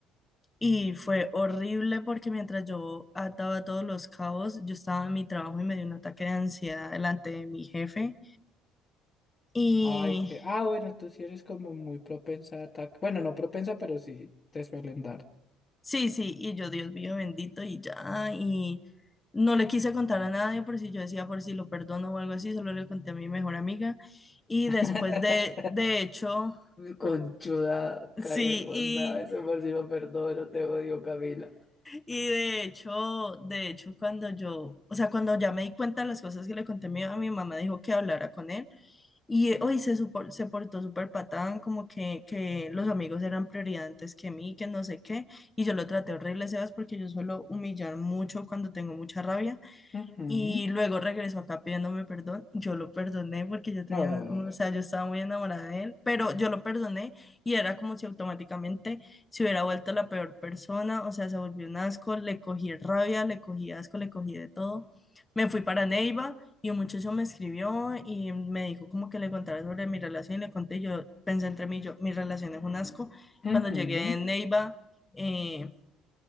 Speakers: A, on the left (about 20°); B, on the left (about 35°).
A: Y fue horrible porque mientras yo ataba todos los cabos, yo estaba en mi trabajo y me dio un ataque de ansiedad delante de mi jefe. Y
B: Ay, que. Ah, bueno, tú sí eres como muy propensa a ataque. Bueno, no propensa, pero sí te suelen dar.
A: sí, sí, y yo, Dios mío bendito, y ya, y no le quise contar a nadie por si yo decía por si lo perdono o algo así, solo le conté a mi mejor amiga. Y
B: <laughs>
A: después de, de hecho,
B: Conchuda,
A: sí,
B: carebonda,
A: y,
B: eso por si lo perdono, te odio, Camila.
A: y de hecho, de hecho, cuando yo, o sea, cuando ya me di cuenta de las cosas que le conté a mi, a mi mamá, dijo que hablara con él. Y eh, hoy se, supo- se portó súper patán, como que, que los amigos eran prioridad antes que mí, que no sé qué. Y yo lo traté horrible, Sebas, porque yo suelo humillar mucho cuando tengo mucha rabia.
B: Ujú.
A: Y luego regresó acá pidiéndome perdón. Yo lo perdoné porque yo tenía,
B: No.
A: una- o sea, yo estaba muy enamorada de él, pero yo lo perdoné y era como si automáticamente se hubiera vuelto la peor persona, o sea, se volvió un asco, le cogí rabia, le cogí asco, le cogí de todo. Me fui para Neiva y un muchacho me escribió y me dijo como que le contara sobre mi relación y le conté, yo pensé entre mí, yo, mi relación es un asco.
B: ujú.
A: Cuando llegué en Neiva, eh,